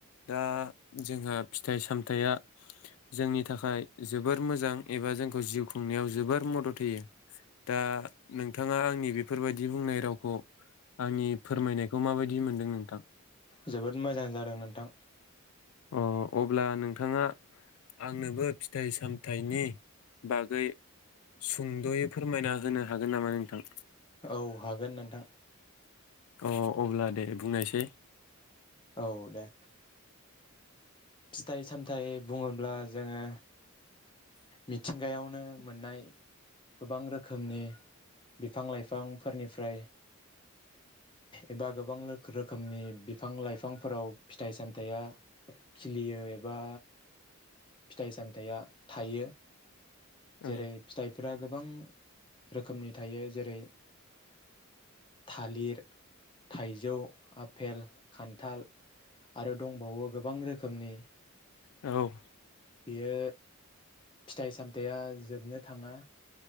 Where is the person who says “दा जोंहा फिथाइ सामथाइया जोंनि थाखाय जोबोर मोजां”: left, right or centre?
Left